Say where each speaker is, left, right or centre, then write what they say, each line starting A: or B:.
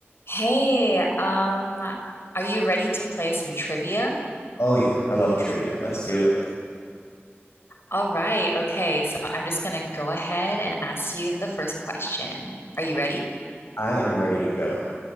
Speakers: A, on the left; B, on the left.
A: Hey, um, are you ready to play some trivia?
B: Oh yeah, I love trivia. Let's do it.
A: All right, okay, so I'm just gonna go ahead and ask you the first question. Are you ready?
B: I am ready to go.